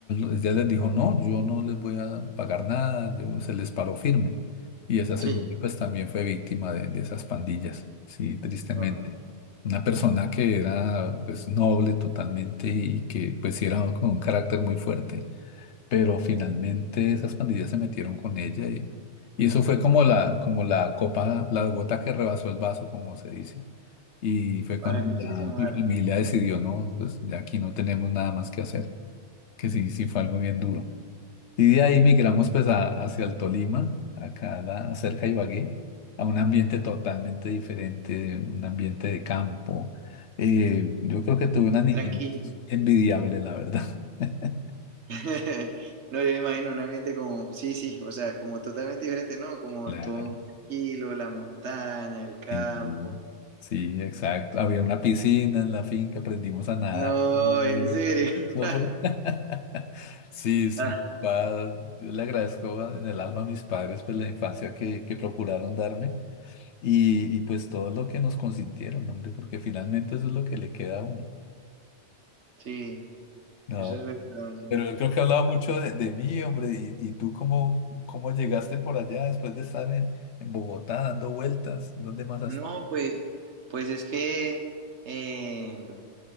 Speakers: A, on the left; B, on the right.
A: ella les dijo, no, yo no les voy a pagar nada, yo se les paró firme. Y esa señora
B: sí,
A: pues también fue víctima de, de esas pandillas, sí, tristemente.
B: ah,
A: Una persona que era pues noble totalmente y que pues sí era con un carácter muy fuerte, pero finalmente esas pandillas se metieron con ella y, y eso fue como la, como la copa, la gota que rebasó el vaso, como se dice. Y fue
B: para
A: cuando
B: que ustedes
A: ya
B: se mudaran.
A: mi familia decidió, no, pues de aquí no tenemos nada más que hacer que sí, sí fue algo bien duro. Y de ahí migramos pues a- hacia el Tolima, acá la- cerca de Ibagué, a un ambiente totalmente diferente, un ambiente de campo. Eh, yo creo que tuve una niñez
B: Tranquilo.
A: envidiable, la verdad. <laughs>
B: <laughs> No, yo me imagino un ambiente como, sí, sí, o sea, como totalmente diferente, ¿no? Como
A: Claro.
B: todo muy tranquilo, la montaña, el campo.
A: Sí, sí, exacto. Había una piscina en la finca, aprendimos a nadar.
B: No,
A: juntos,
B: en serio.
A: ¿no? Eso
B: <laughs>
A: fue- <laughs> Sí, sí.
B: Ah,
A: pa- Yo le agradezco en el alma a mis padres pues la infancia que, que procuraron darme. Y, y pues todo lo que nos consintieron, hombre, porque finalmente eso es lo que le queda a uno.
B: sí,
A: No,
B: eso es verdad, sí.
A: pero yo creo que hablaba mucho de, de mí, hombre, y, y tú cómo, cómo llegaste por allá después de estar en, en Bogotá dando vueltas, ¿dónde más has
B: No,
A: estado?
B: pues, pues es que, eh,